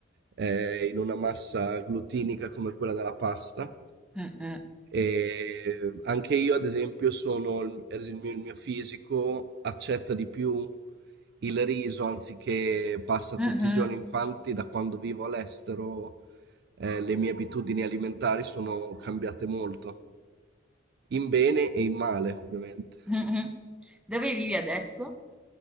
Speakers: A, on the right (about 55°); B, in the centre.
A: eh, in una massa glutinica come quella della pasta.
B: Mm, mm.
A: E anche io, ad esempio, sono, ad esempio, il mio fisico accetta di più il riso anziché pasta tutti
B: Mh-mh,
A: i giorni. Infatti, da quando vivo all'estero eh, le mie abitudini alimentari sono cambiate molto, in bene e in male, ovviamente.
B: mh-mh. Dove vivi adesso?